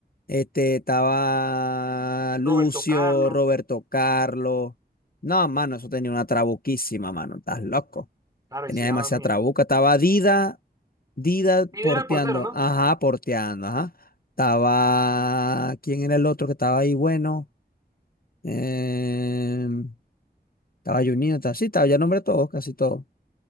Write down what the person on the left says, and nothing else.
este, estaba Lucio,
Roberto Carlos. No, mano, eso tenía una trabuquísima, mano, estás loco.
Tenía
demasiada
trabuca. Estaba Dida, Dida
porteando.
Ajá, porteando, ajá. Estaba. ¿Quién era el otro que estaba ahí? Bueno. Em, estaba Juninho, estaba... sí, estaba ya nombre todos, casi todos.